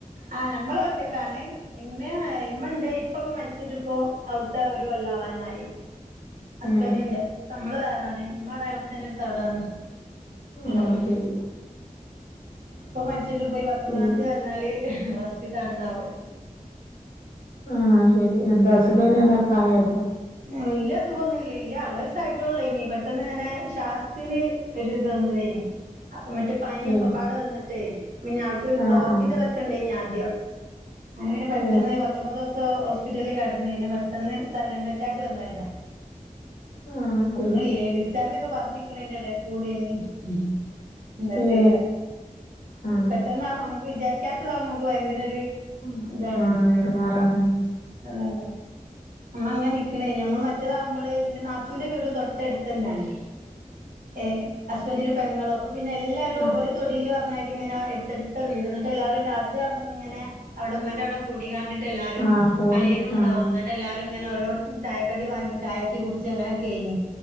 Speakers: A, on the right; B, on the left.
A: ആഹ് ഞമ്മള് ഒറ്റക്കാണ് ഇമ്മ്യായി ഇമ്മണ്ട് ഇപ്പ പോ മരിച്ചിട്ട്പ്പൊ അവിടത്തെഒരു കൊല്ലവനായി. ഹസ്ബൻറിന്റെ
B: ഏ
A: നമ്മള് വേറാണ്, ഉമ്മ ആടെ എളച്ചന്റെടുത്ത് അവിടാണ്
B: ആ
A: ള്ള ത്
B: ശരി
A: ഉപ്പ മരിച്ചിട്ട് ഇപ്പയ്‌ പത്തൊമ്പതാന്തി
B: പിന്നെ
A: വന്നാല് ഫസ്റ്റ്ത്താണ്ടാവും.
B: ആഹ് ശരി എന്താ അസുഖാ യിണെന്നോ പ്രായായിട്ടോ.
A: വെല്ല്യ സുഖോന്നില്ല ഇല്ല്യ അറുപതു വയസ്സായിട്ടുള്ളേനി പെട്ടനിങ്ങനെ ശാസ്ത്തില് ഒരിത് വന്നതേനി.. അപ്പൊ മറ്റു പനിയൊക്കെപാടെ
B: ഏ
A: വന്നിട്ടേ, പിന്നെ ആൾക്ക്
B: ആ
A: ബ്ലോക്കിന്റെ
B: ആ
A: ഇതൊക്കെ ഇണ്ടെയ്നി ആദ്യം. അനേ പിന്നെ പെട്ടെന്ന്
B: ഏ
A: പത്തൊമ്പത് ദിവസം ഹോസ്പിറ്റലിൽ കെടന്നു പിന്നെ പെട്ടെന്ന് സൈലന്റ് അറ്റാക്ക് <unintelligible>
B: ആ ശരി
A: ചെലതൊക്കെ പറഞ്ഞിക്ക്ണെന്റെ എടെകൂടെയ്നി ഉഹ്മ് എന്താ
B: ഏ
A: ചെയ്യ,
B: ആ
A: പെട്ടെന്നാ നമുക്ക് വിചാരിക്കാത്തതാ നമുക്ക് ഭയങ്കര ഒരു
B: ആ
A: ഇതാണ്
B: ആ, എടങ്ങാറാണ്
A: അറിയണ്ട ഇന്നാ അങ്ങനെ നിക്ക് ക്കുണ് ഞമ്മൾ മറ്റേതാവുമ്പള് എന്റെ നാത്തുന്റെ വീടും തൊട്ടടുത്ത് ന്നെയാണെ. ഏ ഹസ്ബൻടിന്റെ പെങ്ങളും അപ്പൊ പിന്നെ എല്ലാരും
B: ആ
A: ഒരു തൊടിയിലും ഇങ്ങനെ എടുത്തെ എടുത്ത വീടന്നിട്ട് എല്ലാരും രാത്രിയാവുമ്പോ അവിടെമ്മന്റെ വിടെ കൂടി കാണ്ടിട്ട് എല്ലാരും
B: ആ കൂടും
A: അളിയനും ഉണ്ടാവും
B: ആ
A: എന്നിട്ട് എല്ലാരും ഇങ്ങനെ ഓരോ ചായക്കടി വാങ്ങി ചായച്ചി കുടിച്ച് അങ്ങനൊക്കെഴിനി